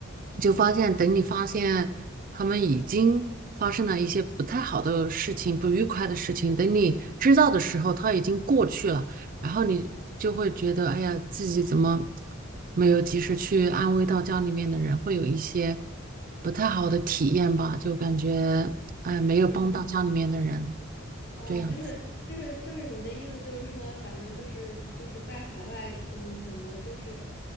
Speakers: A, on the right (about 45°); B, on the left (about 65°).
A: 就发现，等你发现他们已经发生了一些不太好的事情、不愉快的事情，等你知道的时候，他已经过去了，然后你就会觉得，哎呀，自己怎么没有及时去安慰到家里面的人，会有一些不太好的体验吧，就感觉哎，没有帮到家里面的人，
B: 嗯。哦，
A: 这样子。
B: 就是就是就是你的意思就是说，咱们就是就是在海外，嗯，怎么就是，